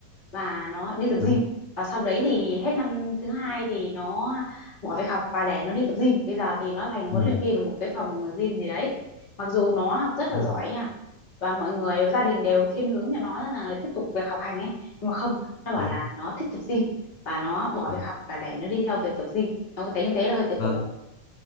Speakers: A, on the left (about 25°); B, on the left (about 85°).
A: và nó đi tập
B: đúng
A: gym
B: rồi.
A: và sau đấy thì hết năm thứ hai thì nó bỏ việc học và để nó đi tập gym bây giờ thì nó thành huấn
B: ừ,
A: luyện viên của một cái phòng gym gì đấy mặc dù nó học rất là
B: đúng
A: giỏi
B: rồi
A: nha và mọi người gia đình đều thiên hướng cho nó là tiếp tục việc học hành ấy nhưng mà không nó bảo
B: đúng,
A: là nó thích tập gym và nó bỏ
B: đúng.
A: việc học và để nó đi theo việc tập gym em có thấy như thế là hơi tiêu
B: Vâng,
A: cực ạ